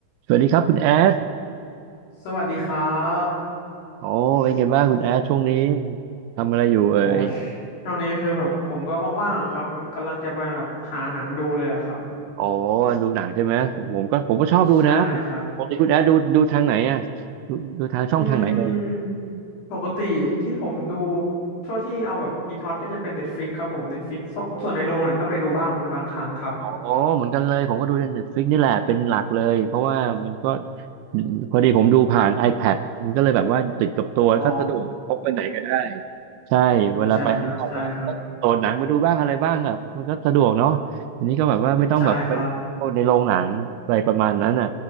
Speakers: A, on the right; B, on the left.
A: สวัสดีครับคุณแอด
B: สวัสดีครับ
A: อ๋อเป็นไงบ้างคุณแอดช่วงนี้ทำอะไรอยู่เอ่ย
B: โหชช่วงนี้คือแบบผมก็ว่างๆอะครับแบบกำลังจะไปแบบหาหนังดูเลยอะครับ
A: อ๋อดูหนังใช่ไหมผมผมก็ผมก็ชอบดูนะผมปกติคุณแอดดูดูทางไหนอ่ะ
B: ใช่ครับ
A: ดูดูทางช่องทางไหนเอ่ย
B: อืมปกติที่ผมดูช่วงที่เอาแบบฮิตฮอตก็จะเป็น Netflix ครับผม Netflix ส่วนส่วนในโรงเนี่ยก็ไปดูบ้างเป็นบางครั้งครับ
A: ออ๋ออ๋อเหมือนกันเลยผมก็ดูใน Netflix นี่แหละเป็นหลักเลยเพราะว่ามันก็พอดีผมดูผ่าน iPad มันก็เลยแบบว่าติดกับตัวก็สะดวกพกไปไหนก็ได้
B: อ๋อ
A: ใช่เวลาไปข้างนอกก็ก็โหลดหนังมาดูบ้างอะไรบ้างแบบมันก็สะดวกเนาะทีนี้ก็แบบว่าไม่ต้องแบบไปโหลดในโรงหนังอะไรประมาณนั้นอ่ะ
B: อืมใช่ครับใช่ครับใช่ครับ